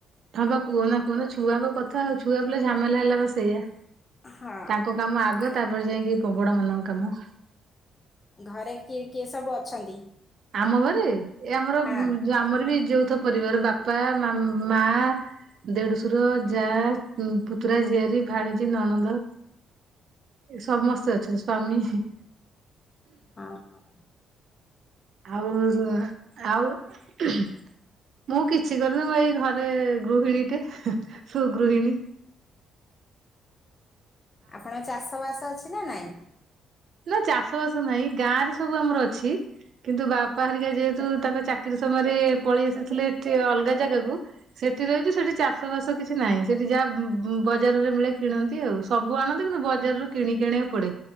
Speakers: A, on the right (about 60°); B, on the left (about 30°).
A: ହଁ ବା କୁହନା କୁହନା ଛୁଆଙ୍କ କଥା ଆଉ ଛୁଆ ପିଲା ଝାମେଲା ହେଲା ବା ସେଇଆ।
B: ହଁ
A: ତାଙ୍କ କାମ ଆଗ
B: ଆଉ
A: ତାପରେ ଯାଇଁକି ପ ବଡ଼ମାନଙ୍କ କାମ।
B: ଘରେ କିଏ କିଏ ସବୁ ଅଛନ୍ତି?
A: ଆମ ଘରେ ଏ ଆମର
B: ହଁ
A: ଉଁ ଯ ଆମର ବି ଯୋଉ ଥ ପରିବାର ବାପା ମାମ୍ ମା ଦେଡ଼ୁଶୁର ଯାଆ ପୁତୁରା ଝିଆରୀ ଭାଣିଜୀ ନଣନ୍ଦ ଏ ସମସ୍ତେ ଅଛନ୍ତି ସ୍ଵାମୀ।
B: ହଁ ହଁ।
A: ଆଉ ଆଉ। ମୁଁ କିଛି କରୁନି ମୁଁ ଏଇ ଘରେ ଗୃହିଣୀଟେ ସୁଗୃହିଣୀ।
B: ଆପଣ ଚାଷବାସ ଅଛି ନା ନାଇଁ?
A: ନା ଚାଷ ବାସ ନାହିଁ ଗାଁ ରେ ସବୁ ଆମର ଅଛି। କିନ୍ତୁ ବାପା ହେରିକା ଯେହେତୁ ତାଙ୍କ ଚାକିରି ସମୟରେ ପଳେଇ ଆସିଥିଲେ ଏଠି ଅଲଗା ଜାଗାକୁ ସେ ସେଠି ରହିଚି ସେଠି ଚାଷ ବାସ କିଛି ନାହିଁ ସେଠି ଯାହା ବ-ବ-ବଜାରରେ ମିଳେ କିଣନ୍ତି ଆଉ ସବୁ ଆଣନ୍ତି କିନ୍ତୁ ବ ବଜାରରୁୁ କିଣିକି ଆଣିବାକୁ ପଡେ।